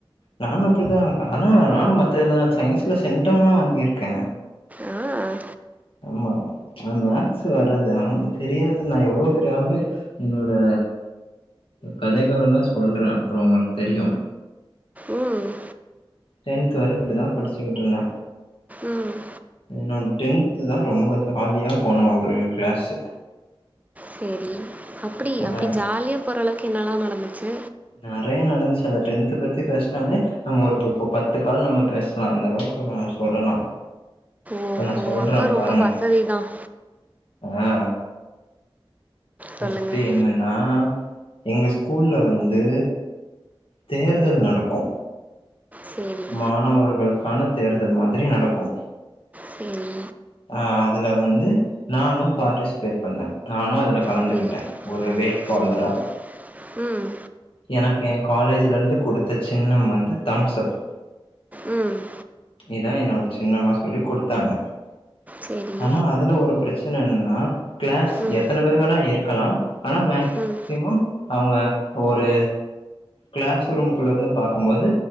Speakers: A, on the left; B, on the right.
A: நானு அப்டிதா ஆனா நானு மத்த இதுலலா சயின்ஸ்ல சென்டம்லா வாங்கிருக்கே
B: ஆஹ்
A: ஆம்மா ஆன் மேக்ஸ் வராது ஆமா தெரியாது நா எவ்ளோ பெரிய ஆளுனு என்னோட கதைகலல்லா சொல்றே அப்புறம் உங்களுக்கு தெரியு
B: ம்
A: டென்த் வரை இப்டிதா படிச்சுக்கிட் ருந்தே
B: ம்
A: என்னோட டென்த்து தா ரொம்ப ஜாலியா போன ஒரு கிளாஸு
B: சரி அப்டி அப்டி
A: ஆ
B: ஜாலிய போறளவுக்கு என்னல்லா நடந்துச்சு
A: நெறையா நடந்துச்சு அத டென்த்து பத்தி பேஸ்னாவே நம்ம ஒரு இப்பப்ப பத்து கால் நம்ம பேசலா அந்த அளவுக்கு நா சொல்லலா
B: ஓஹோ
A: இப்ப நா சொல்ற
B: அப்போ
A: பாருங்கஸ
B: ரொம்ப வசதி தான்
A: ஆ ஃபஸ்ட்டு
B: சொல்லுங்கள்
A: என்னனா எங்க ஸ்கூல வந்து தேர்தல் நடக்கு
B: சரி
A: மாணவர்களுக்கான தேர்தல் மாதிரி நடக்கு
B: சரி
A: ஆ அதல வந்து நானும் பார்ட்டிசிபேட் பண்ண நானு அதுல கலந்துகிட்டே
B: சரி
A: ஒரு வேட்பாளரா
B: சரி ம்
A: எனக்கு எ காலேஜ்ல இருந்து குடுத்த சின்னம் வந்து தம்ஸ் அப்
B: ம்
A: இதா என்னோட சின்னம்மா சொல்லி குடுத்தாங்க
B: சரி
A: ஆனா அதுல ஒரு பிரச்சன என்னன்னா கிளாஸ்
B: ம்
A: எத்தன பேர் வேணா இருக்கலா ஆனா மேக்
B: ம்
A: சிமம் அவங்க ஒரு கிளாஸ் ரூமக்குள்ள இருந்து பாக்கம்போது